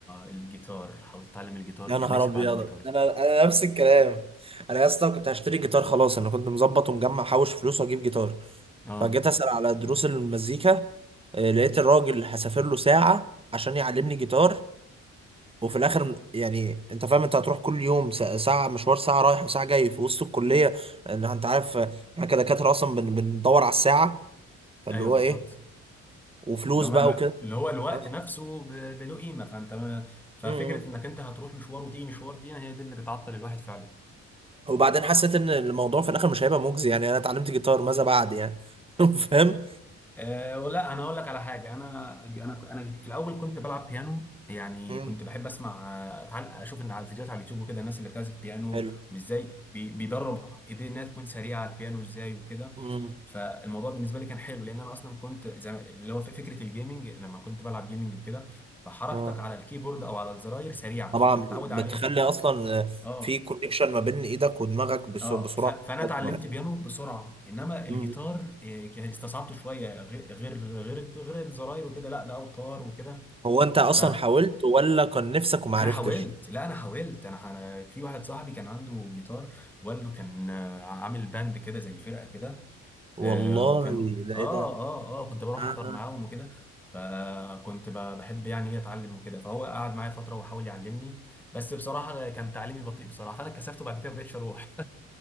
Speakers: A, in the centre; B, on the right.
A: الجيتار حاولت اتعلم الجيتار
B: يا
A: كان
B: نهار
A: نفسي
B: ابيض
A: اتعلم جيتار
B: انا انا نفس الكلام انا يا اسطى كنت هشتري جيتار خلاص انا كنت مظبط ومجمع حوش فلوس واجيب جيتار
A: اه
B: فجيت اسأل على دروس المزيكا آه، لقيت الراجل هسافر له ساعة عشان يعلمني جيتار وفي الاخر يعني انت فاهم انت هتروح كل يوم ساعة ساعة مشوار ساعة رايح وساعة جاي في وسط الكلية ان انت عارف آه، احنا كدكاترة اصلا بن- بندور على الساعة فاللي
A: ايوه
B: هو
A: بالظبط
B: ايه وفلوس
A: اللي هو
B: بقى
A: الوقت
B: وكده
A: اللي هو الوقت
B: آه.
A: نفسه ب- بله قيمه فانت ما- ففكره
B: م- م.
A: انك انت هتروح مشوار وتيجي مشوار دي هي دي اللي بتعطل الواحد فعلا
B: وبعدين حسيت ان الموضوع في الاخر مش هيبقى مجزي يعني انا اتعلمت جيتار ماذا بعد يعني <laughs> فاهم
A: أه ولا انا اقول لك على حاجه انا انا انا في الاول كنت بلعب بيانو يعني
B: م.
A: كنت بحب اسمع آه، تعال اشوف ان على فيديوهات على اليوتيوب وكده الناس اللي بتعزف بيانو
B: حلو
A: وازاي بي- بيدرب ايديه انها تكون سريعه على البيانو ازاي وكده
B: م.
A: فالموضوع بالنسبه لي كان حلو لان انا اصلا كنت زي ما- اللي هو في فكره الجيمنج لما كنت بلعب جيمنج وكده فحركتك
B: آه.
A: على الكيبورد او على الزراير سريعه
B: طبعا
A: فانت متعود
B: بتخلي
A: عليها
B: اصلا آه،
A: اه
B: في كونكشن ما بين ايدك ودماغك بس-
A: اه
B: بسرعة
A: ف- فانا
B: اكبر
A: اتعلمت بيانو بسرعه انما
B: م.
A: الجيتار إيه، ك- استصعبته شويه غ- غير غير غير الزراير وكده لا ده اوتار وكده
B: هو انت اصلا
A: فانا
B: حاولت ولا كان نفسك وما عرفتش
A: حاولت لا انا حاولت انا أنا في واحد صاحبي كان عنده جيتار والده كان آه، عامل باند كده زي فرقه كده
B: والله
A: آه، وكان اه
B: ده
A: اه
B: ايه ده
A: اه كنت بروح
B: آه.
A: احضر معاهم وكده فكنت ب- بحب يعني ايه اتعلم وكده فهو قعد معايا فتره وحاول يعلمني بس بصراحه كان تعليمي بطيء بصراحه فانا اتكسفت وبعد كده ما بقتش اروح